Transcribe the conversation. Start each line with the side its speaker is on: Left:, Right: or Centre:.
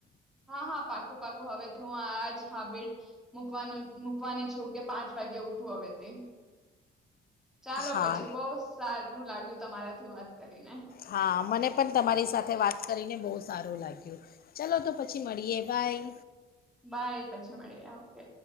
Centre: હા હા પાકું પાકું હવે તો હું આજ હાબિટ મુકવાનું મૂકવાની છું કે પાંચ વાગે ઉઠું હવે તે ચાલો
Left: હા
Centre: પછી બહુ સારું લાગ્યું તમારાથી વાત કરીને
Left: હા મને પણ તમારી સાથે વાત કરીને બહુ સારું લાગ્યું, ચાલો તો પછી મળીએ બાય.
Centre: બાય પછી મળી ઓકે.